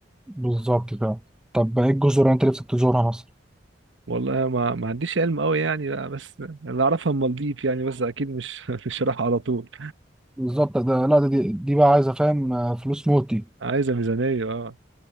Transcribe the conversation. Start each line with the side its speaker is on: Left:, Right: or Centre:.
Centre: بالظبط كده طب ايه الجزر اللي انت نفسك تزورها مثلا؟
Right: والله ما ما عنديش علم قوي يعني لا، بس اللي اعرفها المالديف يعني بس اكيد مش <laughs> مش رايح على طول
Centre: بالظبط ده لا ده دي, دي بقى عايزه فاهم آه، فلوس موت دي
Right: عايزه ميزانيه اه